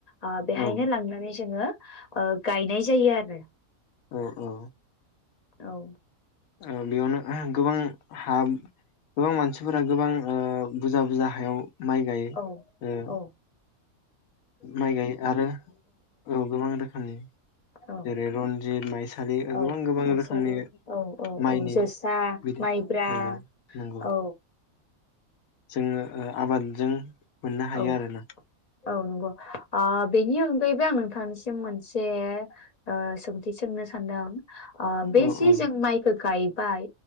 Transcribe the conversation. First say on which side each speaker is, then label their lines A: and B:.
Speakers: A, on the left (about 35°); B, on the left (about 75°).
A: आ बेहायनो
B: औ
A: लांनानै जोङो ओ गायनाय जायो आरो।
B: औ औ
A: औ
B: ओ बेयावनो गोबां हा गोबां मानसिफोरा गोबां ओ बुजा बुजा हायाव माइ गायो
A: औ
B: ओ
A: औ
B: माइ गाय आरो औ गोबां रोखोमनि
A: औ
B: जेरै रनजित माइसालि ओगोबां
A: औ
B: गोबां
A: माइसालि
B: रोखोमनि
A: औ औ
B: माइनि
A: औ जोसा
B: बिदि
A: माइब्रा
B: नोंगौ नोंगौ।
A: औ
B: जोङो ओ आबादजों मोननो हायो
A: औ
B: आरो ना।
A: औ नंगौ। आ बेनि अन गैबो आं नोंथांनिसिम मोनसे ओ सोंथि सोंनो सानदों। ओ बे
B: औ
A: जि
B: औ
A: जों माइखो गाय बाय